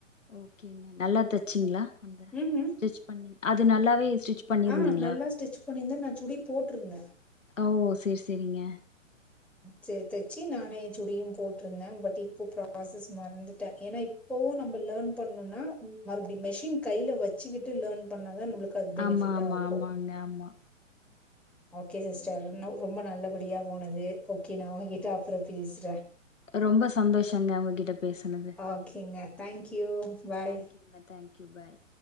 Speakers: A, on the left (about 75°); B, in the centre.
A: ஓகேங்க நல்லா தச்சிங்களா அந்த
B: ம்ஹ்ம்.
A: ஸ்டிச் பண்ணி அது நல்லாவே ஸ்டிச் பண்ணிருந்தீங்களா
B: ஆ நல்லா ஸ்டிச் பண்ணிந்த நா சுடி போட்டிருந்தே
A: ஓ ஓ சேரி சேரிங்க
B: சேர் தெச்சி நானே சுடியும் போட்டிருந்தே பட் இப்ப ப்ராசஸ் மறந்துட்டே ஏன்னா இப்பவு நம்ம லேர்ன் பண்ணும்னா மறுபடி மெஷின் கையில வெச்சிக்கிட்டு லேர்ன் பண்ணாதா நம்மளுக் க்கு அது பெனிபிட்டா
A: ஆமா ஆமா
B: இருக்கு
A: ஆமாங்க ஆமா
B: ஓகே சிஸ்டர்
A: ஓ!
B: நவ் ரொம்ப நல்ல படியா போனது ஓகே நா உகிட்ட அப்றோ பேசுறே
A: ரொம்ப சந்தோஷங்க உங்ககிட்ட பேசுனது
B: ஓகேங்க தேங்க்யூ பாய்
A: தேங்க்யூங்க தேங்க்யூ ஓகே பாய்